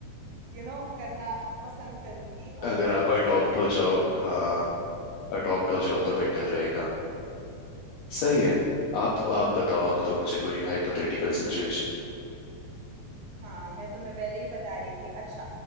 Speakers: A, on the right; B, on the left.
A: यू नो करना पसंद करूंगी
B: <laughs> अगर
A: ओवर
B: आप
A: अ
B: अडॉप्ट
A: स्ट्रे डॉग
B: हो जाओ
A: रहना
B: हाँ अडॉप्ट हो जाओ तो बेटर रहेगा सही है आप आप बताओ आप दो मुझे कोई हाइपोथेटिकल सिचुएशन
A: हाँ मैं तुम्हें पहले ही बता रही थी अच्छा